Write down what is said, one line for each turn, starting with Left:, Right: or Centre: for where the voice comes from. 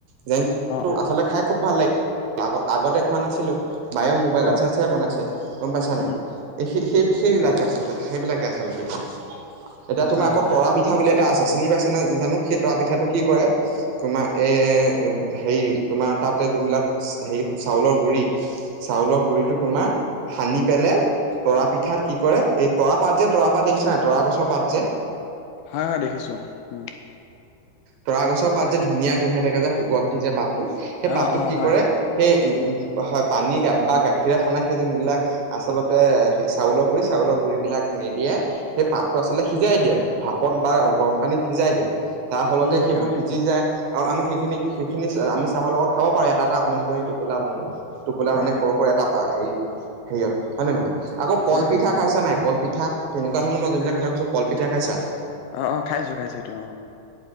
Right: জেং
Left: অ অ
Right: আচলতে খাই খুব ভাল লাগিল আগ আগতে খোৱা নাছিলোঁ। বায়ে মোবাইলত
Left: অ
Right: চাই চাই বনাইছে গ'ম পাইছা নাই
Left: উম উম
Right: এই সেই, সেই সেইবিলাকে
Left: তাকে
Right: আচলতে সেইবিলাকে আচলতে পিঠাটো এতিয়া তোমাৰ
Left: হয়
Right: আকৌ
Left: হয়
Right: তৰা
Left: হয়
Right: পিঠা বুলি এটা আছে চিনি পাইছেনে জানো সেই তৰা পিঠাটো কি কৰে তোমাৰ এ হেৰি তোমাৰ তাতে যোনবিলাক হেৰি চাউলৰ গুৰি চাউলৰ গুৰিতো তোমাৰ সানি পেললে তৰা পিঠাত কি কৰে এই তৰা পাত যে তৰা পাত দেখিছা নাই তৰা গছৰ পাত যে
Left: হয়, হয় দেখিছো উ
Right: তৰা গছৰ পাত যে ধুনীয়া গোন্ধাই থাকে যে সুগন্ধ দি যে পাতটো সেই
Left: অ
Right: পাতটোত
Left: অ
Right: কি
Left: হয়
Right: কৰে
Left: হয়
Right: সেই হয় পানীা বা গাখীৰে সনাই সেই যোনবিলাক আচলতে চাউলৰ গুৰি চাউলৰ গুৰি বিলাক মেৰিয়াই সেই পাতটো আচলতে সিজাই দিয়ে ভাত পদ বা
Left: হয়
Right: গৰম পানীত সিজাই দিয়ে তাৰ ফলতে
Left: উম
Right: সেইবোৰ
Left: হয়
Right: সিজি যায়। আৰু আমি সেইখিনি সেইখিনি আমি চাহৰ লগত খাব পাৰু এটা এটা মি কৰি টোপোলা বনাই। টোপোলা
Left: হয়
Right: মানে
Left: হয়
Right: সৰু সৰু এটা হেৰি হেৰিয়ত হয়ে নে নহয় আকৌ কল
Left: হয় হয়
Right: পিঠা খাইছা নাই কল পিঠা তেনেকুৱা ধৰণৰ মই যোন বিলাক কথা কৈছো কল পিঠা খাইছা।
Left: অ', অ', খাইছোঁ খাইছোঁ এইটো অ'।